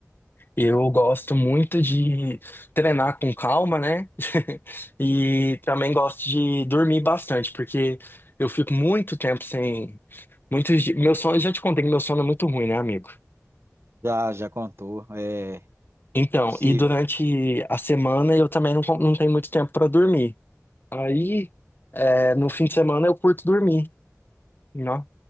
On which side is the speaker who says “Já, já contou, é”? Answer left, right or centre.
Right